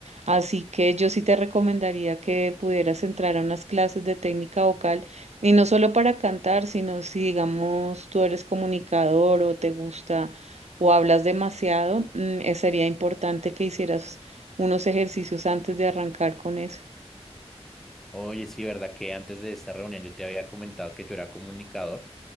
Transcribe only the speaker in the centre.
Oye, sí, verdad que antes de esta reunión yo te había comentado que yo era comunicador,